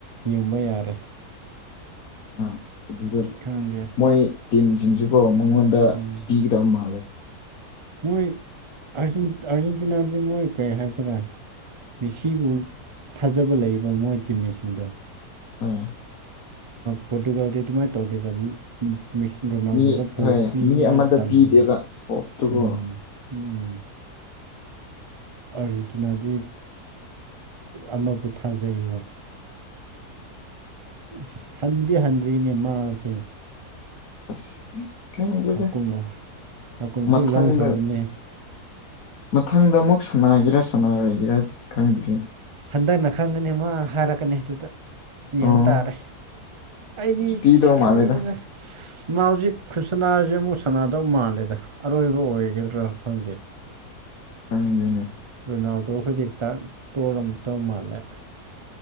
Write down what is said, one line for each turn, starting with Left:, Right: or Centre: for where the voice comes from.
Right: ꯌꯦꯡꯕ ꯌꯥꯔꯦ
Left: ꯑ ꯑꯗꯨꯗ
Right: ꯈꯪꯗꯦ ꯑꯁ
Left: ꯃꯣꯏ ꯇꯤꯝꯁꯤꯡꯁꯨꯀꯣ ꯑꯩꯉꯣꯟꯗ
Right: ꯎꯝ
Left: ꯄꯤꯒꯗꯕ ꯃꯥꯜꯂꯦ
Right: ꯃꯣꯏ ꯑꯥꯔꯖꯦꯟꯇꯤꯅꯥꯗꯤ ꯃꯣꯏ ꯀꯩ ꯍꯥꯏꯁꯤꯔꯥ ꯃꯦꯁꯤꯕꯨ ꯊꯥꯖꯕ ꯂꯩꯕ ꯃꯣꯏ ꯇꯤꯝꯃꯦꯠꯁꯤꯡꯗꯣ
Left: ꯑ
Right: ꯄꯣꯔꯇꯨꯒꯥꯜꯗꯤ ꯑꯗꯨꯃꯥꯏ ꯇꯧꯗꯦꯕ ꯃꯦꯁꯤ ꯔꯣꯅꯥꯜꯗꯣ
Left: ꯃꯤ
Right: ꯗ ꯕꯣꯜ
Left: ꯍꯣꯏ
Right: ꯄꯤꯅꯤꯉꯥꯏ
Left: ꯃꯤ ꯑꯃꯗ
Right: ꯇꯜꯂꯤꯕ
Left: ꯄꯤꯗꯦꯕ ꯍꯣꯞꯇꯨꯀꯣ
Right: ꯎꯝ ꯎꯝ ꯑꯥꯔꯖꯦꯟꯇꯤꯅꯥꯗꯤ ꯑꯃꯕꯨ ꯊꯥꯖꯩꯌꯦꯕ ꯑꯁ ꯍꯟꯗꯤꯦ ꯍꯟꯗ꯭ꯔꯤꯅꯦ ꯃꯥꯁꯦ
Left: ꯑꯁ ꯈꯦꯡꯖꯗꯦ
Right: ꯍꯀꯨꯝ ꯍꯀꯨꯝꯁꯨ
Left: ꯃꯊꯪꯗ
Right: ꯂꯧꯈ꯭ꯔꯕꯅꯦ
Left: ꯃꯊꯪꯗ ꯑꯃꯨꯛ ꯁꯥꯟꯅꯒꯦꯔꯥ ꯁꯥꯟꯅꯔꯒꯦꯔꯥ ꯈꯪꯗꯦ
Right: ꯍꯟꯗꯛꯅ ꯈꯪꯒꯅꯤ ꯃꯥ ꯍꯥꯏꯔꯛꯀꯅꯤ ꯑꯗꯨꯗ ꯌꯦꯡ
Left: ꯑꯣ
Right: ꯇꯥꯔꯦ ꯑꯩꯗꯤ
Left: ꯄꯤꯗꯧ
Right: ꯈꯪꯗꯅ
Left: ꯃꯥꯜꯂꯦꯗ
Right: ꯃꯥꯖꯤꯛ ꯈꯨ ꯁꯅꯥꯁ ꯑꯃꯨꯛ ꯁꯅꯥꯗꯧ ꯃꯥꯜꯂꯦꯗ ꯑꯔꯣꯏꯕ ꯑꯣꯏꯒꯗ꯭ꯔꯥ ꯈꯪꯗꯦ
Left: ꯍꯪꯖꯅꯦ
Right: ꯔꯣꯅꯥꯜꯗꯣ ꯍꯧꯖꯤꯛꯇ ꯇꯣꯂꯝ ꯇꯧ ꯃꯥꯜꯂꯦ